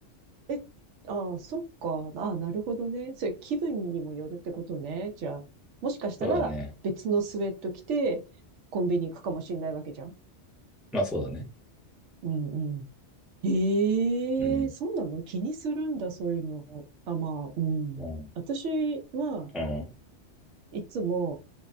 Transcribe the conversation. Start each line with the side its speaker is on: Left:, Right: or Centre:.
Right: え、ああ、そっか。ああ、なるほどね。それ、気分にもよるってことね。じゃあ、もしかしたら、
Centre: そうだね。
Right: 別のスウェット着て、コンビニ行くかもしんないわけじゃん。
Centre: まあそうだね。
Right: うんうん。ええそうなの気にするんだ、
Centre: うん。
Right: そういうの。あ、まあ、うん。
Centre: あ
Right: 私は、
Centre: あ、ああ、
Right: いつも、